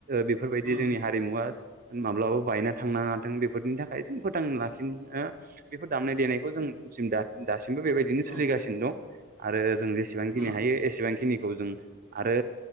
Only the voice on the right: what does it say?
बेफोरबायदि
जोंनि हारिमुवा। माब्लाबा बायना थांनाङाथों बेफोरनि थाखाय जों फोथांना लाखिनो बेफोर दामनाय देनायखौ जोंसिम दासिम। बो बेबायदिनो
सोलिगासिनो दं। आरो जों जेसेबांखिनि
हायो एसेबांखिनि। खौ जों आरो।